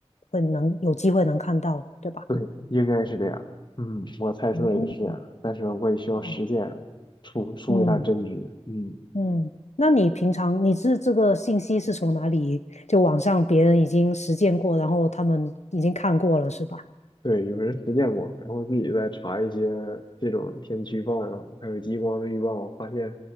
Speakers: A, on the left; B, on the left.
A: 会能有机会能看到，对吧？
B: 对，应该是这样。嗯，我猜测也是这样，
A: 哦，
B: 但是我也需要实践，
A: 哇，
B: 出出一下真知。
A: 嗯
B: 嗯。
A: 嗯，那你平常你是这个信息是从哪里？就网上别人已经实践过，然后他们已经看过了，是吧？
B: 对，有人实践过，然后自己再查一些这种天气预报啊，还有极光的预报，发现，